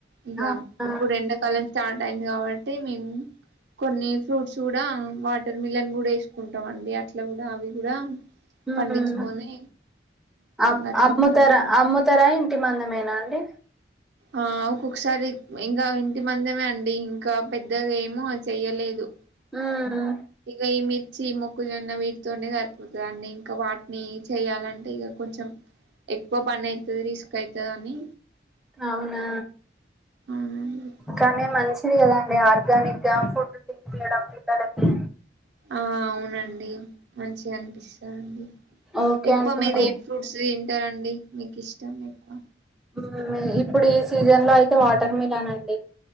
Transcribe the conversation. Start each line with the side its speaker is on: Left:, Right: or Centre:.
Right: ఇగ
Centre: ఆ ఆ
Right: ఇప్పుడు ఎండ స్టార్ట్ అయింది కాబట్టి మేము కొన్ని ఫ్రూట్స్ కూడా వాటర్ మిలన్ కూడా వేసుకుంటామండి అట్లా కూడా అవి కూడా
Centre: ఉమ్
Right: పండించుకొని
Centre: అ
Right: అట్లా
Centre: అమ్ముతర
Right: ఉంటామండి
Centre: అమ్ముతర ఎ టి మందమేనా అండి
Right: ఆ ఒక్కొక్కసారి ఇంకా ఇంటి మందమే అండి ఇంకా పెద్ద ఏము చెయ్యలేదు
Centre: ఉమ్
Right: ఇగ ఈ మి ర్చీ మొక్కజోన్న వీటితోనే సరిపోతదండి, ఇంకా వాటిని చెయాలంటే ఇగ కొంచెం ఎక్కువ పని అయితది రిస్క్ అయితదని
Centre: అవునా,
Right: అవునండి
Centre: కానీ మంచి ది కదాండి ఆర్గానిక్ గా ఫుడ్ తినిపియ్యడం పిల్లలకి
Right: ఆ అవునండి మంచిగా అనిపిస్తాదండి,
Centre: ఓకే
Right: ఎక్కువ
Centre: అండి
Right: మీద
Centre: మరి
Right: ఏం ఫ్రూట్స్ టారండి, మీకు ఇష్టం ఎక్కువ
Centre: ఊ ఇప్పుడు ఈ సీజన్ లో అయితే వాటర్ మిలాన్ అండి